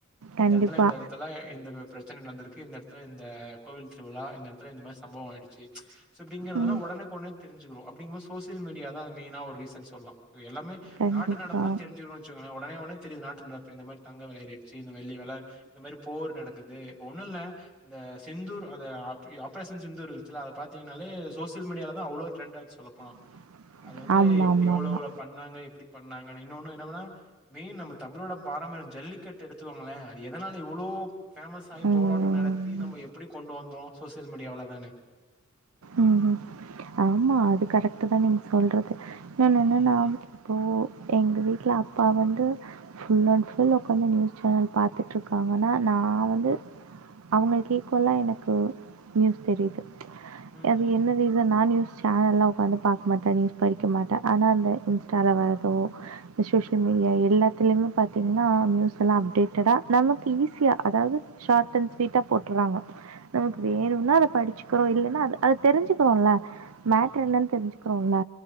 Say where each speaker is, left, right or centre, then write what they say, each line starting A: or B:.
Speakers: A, in the centre; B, on the right (about 85°).
A: இந்த
B: கண்டிப்பா.
A: எடத்துல இந்த எடத்துல இந்த மாரி பிரச் பிரச்சன நடந்திருக்கு இந்த எடத்துல இந்த கோவில் திருவிழா இந்த எடத்துல இந்த மாரி சம்பவம் ஆயிடுச்சி சோ அப்டிங்கிறதெல்லா
B: ம்
A: ஒடனக்குடனே தெரிஞ்சுகிறோ அப்டிங்கும் போ சோசியல் மீடியா தா அது மெய்னா ஒரு ரீசன் சொல்லலா இது எல்லாமே
B: கண்டிப்பா.
A: நாட்டு நடப்புல்லா தெரிஞ்சிக்கிறோனு வெச்சிங்கள ஒடனே ஒடனே தெரியுது நாட்டு நடப்பு இந்த மாரி தங்க வெல ஏறிடுச்சி இந்த வெள்ளி வெல இந்த மாரி போர் நடக்குது ஒன்னு இல்ல இந்த சிந்தூர் அத ஆஃப் ஆப்ரேஷன் சிந்தூர் இருந்ச்சுல அத பாத்தீங்கன்னாலே சோசியல் மீடியால தா அவ்ளோ ட்ரெண்டாச்சு சொல்லப் போனா
B: <inaudible>
A: அது வந்து
B: ஆமாமாமா.
A: எப்டி எவ்ளோவ்ளோ பண்ணாங்க எப்டி பண்ணாங்கன்னு இன்னொன்னு என்னவெனா மெயின் நம்ம தமிழோட பாரம்பரிய ஜல்லிக்கட்டு எடுத்துக்கோங்களே அது எதனால இவ்ளோ ஃபேமஸ் ஆயி
B: ம்.
A: போராட்ட நடத்தி நம்ம எப்டி கொண்டு வந்தோ சோசியல் மீடியாலதானே
B: ம் ஆமா அது கரெக்ட்டு தா நீங்க சொல்றது இன்னொன்னு
A: ம்,
B: என்னன்னா
A: ம்.
B: இப்போ எங்க வீட்ல அப்பா வந்து ஃபுல் அண்ட் ஃபுல் உக்காந்து நியூஸ் சேனல் பாத்துட்டு இருக்காங்கன்னா நா வந்து அவுங்களுக் ஈக்வலா எனக்கு நியூஸ் தெரியுது
A: ம்,
B: அது என்ன
A: ம்,
B: ரீசன் நா நியூஸ் சேனல்லா உக்காந்து பாக்க மாட்ட நியூஸ் படிக்க மாட்ட ஆனா அந்த இன்ஸ்டால வர்றதோ இந்த சோசியல் மீடியா எல்லாத்துலயுமே பாத்தீங்கன்னா நியூஸ் எல்லா அப்டேட்டடா நமக்கு ஈஸியா அதாது ஷார்ட் அண்ட் ஸ்வீட்டா போட்டுறாங்க நமக்கு
A: ம்.
B: வேணுன்னா அத படிச்சிக்கிறோ இல்லன்னா அத அத தெரிஞ்சுக்கிறோல மேட்டர்
A: ஆமா.
B: என்னனு தெரிஞ்சுக்கிறோல